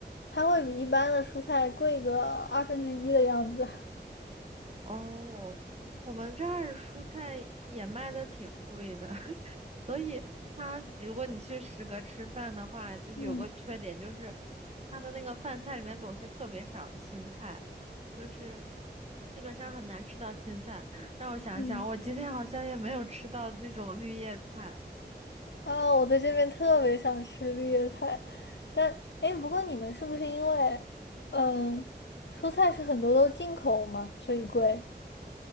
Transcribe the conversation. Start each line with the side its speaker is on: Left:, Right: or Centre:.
Left: 它会比一般的蔬菜贵个二分之一的样子。<laughs>
Right: 哦，我们这儿蔬菜也卖的挺贵的，<laughs> 所以它如果你去食阁吃饭的话，就是有个缺点，
Left: 嗯
Right: 就是它的那个饭菜里面总是特别少青菜，就是基本上很难吃到青菜。让我想想，
Left: 嗯，
Right: 我今天好像也没有吃到那种绿叶菜。
Left: 啊，我在这边特别想吃绿叶菜，但哎，诶不过你们是不是因为嗯蔬菜是很多都进口嘛，所以贵？